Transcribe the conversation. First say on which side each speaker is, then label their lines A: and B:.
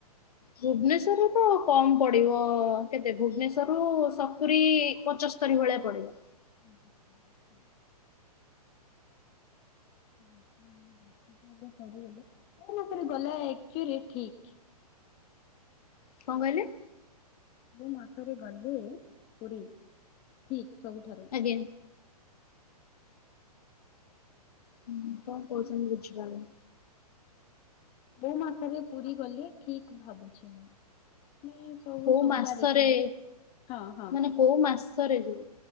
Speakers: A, on the left; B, on the left.
A: ଭୁବନେଶ୍ୱରରୁ ତ କମ୍ ପଡିବ କେତେ ଭୁବନେଶ୍ୱରରୁ ସତୁରୀ ପଞ୍ଚଶ ସ୍ତରି ଭଳିଆ ପଡିବ।
B: <inaudible> <unintelligible>
A: କଁ କହିଲେ।
B: କୋଉ ମାସରେ ଗଲେ ପୁରୀ ଠିକ୍ ସବୁଠାରୁ।
A: ଆଜ୍ଞା। ହୁଁ କଁ କହୁଛନ୍ତି ବୁଝି ପାରୁନି।
B: କୋଉ ମାସରେ ପୁରୀ ଗଲେ ଠିକ୍ ଭାବୁଛି ମୁଁ। ସବୁ
A: କୋଉ
B: ସୁବିଧା
A: ମାସରେ
B: ଦେଖିଲେ ହଁ ହଁ
A: ମାନେ କୋଉ ମାସରେ ଯିବ?